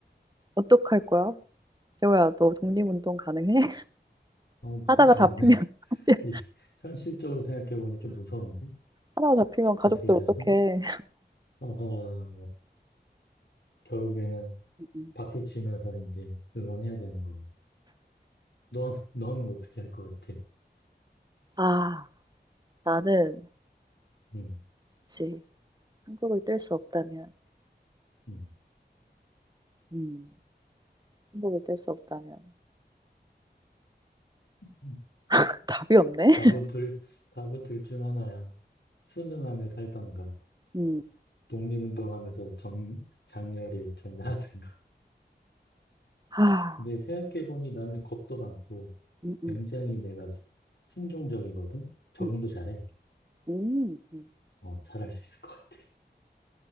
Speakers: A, on the right; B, on the left.
A: 어떡할 거야? 재호야, 너 독립운동 가능해?
B: 어, 못할
A: 하다가
B: 것
A: 잡히면
B: 같네.
A: <laughs>
B: <laughs> 이, 현실적으로 생각해보니 좀 무서운데?
A: 하다가 잡히면 가족들
B: 어떻게 해야
A: 어떡해.
B: 되지? 어, 결국에는
A: 음,
B: 박수 치면서 이제 응원해야 되는 거네. 넌, 너는 어떻게 할 것 같아?
A: 아, 나는
B: 응,
A: 그치. 한국을 뗄 수 없다면
B: 응.
A: 음, 한국을 뗄 수 없다면
B: 응.
A: <laughs> 답이 없네.
B: 답은 둘, 답은 둘 중 하나야. 수능하며 살던가,
A: 음,
B: 독립운동하면서 정, 장렬히 전사하든가.
A: <laughs> 아,
B: 근데 생각해보니 나는 겁도 많고,
A: 음, 음,
B: 굉장히 내가 수- 순종적이거든? 적응도
A: 음,
B: 잘해.
A: 음, 음,
B: 어, 잘할 수 있을 것 같아.